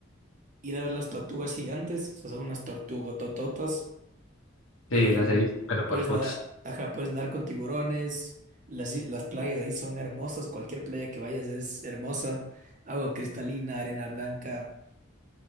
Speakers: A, on the right (about 35°); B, on the left (about 75°).
A: ir a ver las tortugas gigantes, o sea, son unas tortugotototas.
B: Sí,
A: Eh,
B: las he visto, pero
A: puedes
B: por fotos.
A: nadar, ajá, puedes nadar con tiburones, las, is- las playas ahí son hermosas, cualquier playa que vayas es hermosa, agua cristalina, arena blanca,